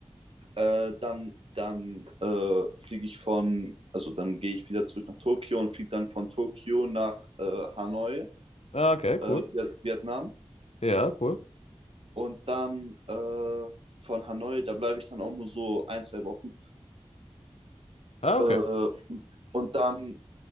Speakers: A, on the right; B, on the left.
A: Äh, dann dann äh, fliege ich von, also dann gehe ich wieder zurück nach Tokio und fliege dann von Tokio nach äh, Hanoi,
B: Ah, okay, cool.
A: äh, Viet- Vietnam.
B: Ja, cool.
A: Und dann äh, von Hanoi, da bleibe ich dann auch nur so ein, zwei Wochen.
B: Ah,
A: Äh,
B: okay.
A: und dann